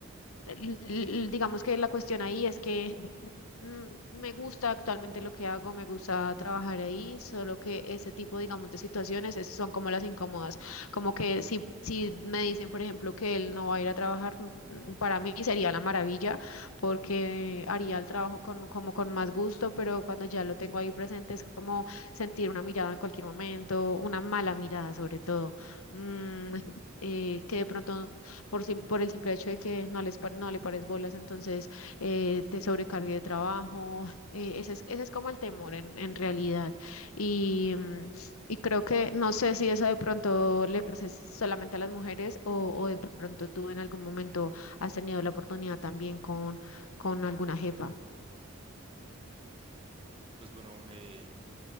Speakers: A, on the left (about 85°); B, on the right (about 25°).
A: l- l- digamos que la cuestión ahí es que mm, Me gusta actualmente lo que hago, me gusta trabajar ahí, solo que ese tipo, digamos, de situaciones es- son como las incómodas. Como que si, si me dicen, por ejemplo, que él no va a ir a trabajar, mm, mm, para mí sería la maravilla, porque haría el trabajo con, como con más gusto, pero cuando ya lo tengo ahí presente es como sentir una mirada en cualquier momento, una mala mirada sobre todo, mm, <laughs> eh, que de pronto por, sim- por el simple hecho de que no les, pa- no le pares bolas, entonces eh, te sobrecargue de trabajo. eh, ese es, ese es como el temor en, en realidad. Y, mm, y creo que no sé si eso de pronto le pasa solamente a las mujeres o, o de pronto tú en algún momento has tenido la oportunidad también con, con alguna jefa.
B: Pues bueno, eh,